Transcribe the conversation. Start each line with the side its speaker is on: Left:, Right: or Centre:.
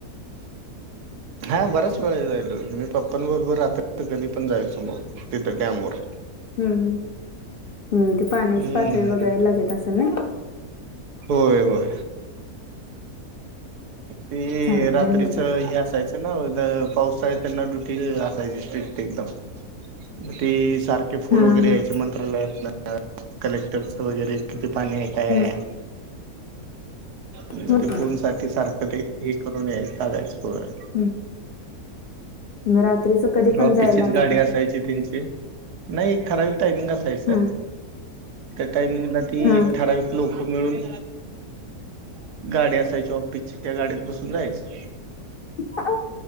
Right: हा बराच वेळा जायलो, मी पप्पांबरोबर रात्री. तिथं कधी पण जायचो, तिथं डॅमवर.
Left: हम्म, हम्म. ते पाण्याची
Right: हम्म
Left: पातळी वगैरे लागत असेल ना.
Right: होय, होय. ते
Left: चांगलं
Right: रात्रीच
Left: आहे बाबा
Right: हे असायचं. त्यांना द पावसाळ्यात त्यांना ड्युटी असायची स्ट्रिक एकदम मग ती सार ते फोन
Left: हा
Right: वगैरे
Left: हा
Right: याचे मंत्रालयातन कलेक्टरच वगैरे किती पाणी आहे? काय
Left: हम्म
Right: आहे? मग
Left: हो
Right: ते
Left: का
Right: फोनसाठी सारखं ते हे करून यायच चालायचं पुढं.
Left: हम्म मग रात्रीच कधी पण
Right: ऑफिसचीच
Left: जायला लागत
Right: गाडी
Left: होत
Right: असायची त्यांची, नाही ठराविक टाइमिंग असं जायचं,
Left: हा
Right: त्या टायमिंगला ती
Left: हा
Right: ठरावीक लोकं मिळून गाडी असायची ऑफिसची, त्या गाडीत बसून जायचं.
Left: हा,